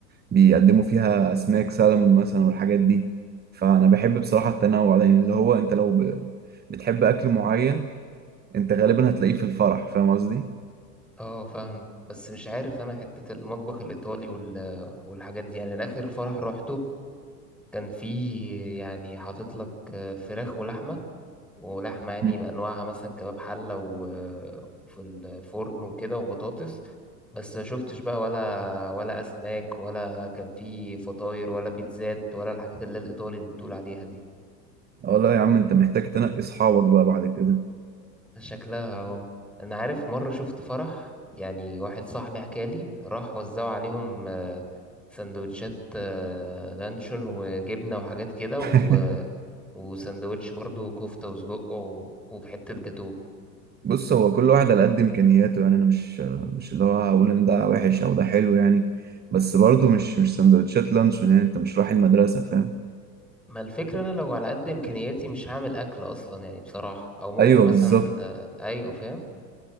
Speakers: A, on the right (about 20°); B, in the centre.
A: بيقدموا فيها أسماك سالمون مثلا والحاجات دي فأنا بحب بصراحة التنوع ده يعني اللي هو أنت لو ب- بتحب أكل معين أنت غالبا هتلاقيه في الفرح فاهم قصدي؟
B: اه فاهمك بس مش عارف انا حتة المطبخ الايطالي وال... والحاجات دي يعني انا اخر فرح روحته كان فيه يعني حاطط لك فراخ ولحمة ولحمة يعني
A: مم.
B: بأنواعها مثلا كباب حلة و... وفي الفرن وكده وبطاطس بس ما شفتش بقى ولا ولا أسماك ولا كان فيه فطاير ولا بيتزات ولا الحاجات اللي هي الإيطالي اللي بتقول عليها دي
A: اه لا يا عم أنت محتاج تنقي أصحابك بقى بعد كده
B: شكلها اهو انا عارف مره شفت فرح يعني واحد صاحبي حكالي راح وزعوا عليهم آه، سندوتشات آه، لانشون وجبنه وحاجات كده
A: <laughs>
B: و... وسندوتش برضو كفته وسجق و... وحته جاتوه
A: بص هو كل واحد على قد امكانياته يعني انا مش مش اللي هو هقول ان ده وحش او ده حلو يعني بس برضه مش مش سندوتشات لانشون يعني انت مش رايح المدرسه فاهم
B: ما الفكره انا لو على قد امكانياتي مش هعمل اكل اصلا يعني بصراحه او ممكن
A: ايوه
B: مثلا
A: بالظبط
B: آه، ايوه فاهم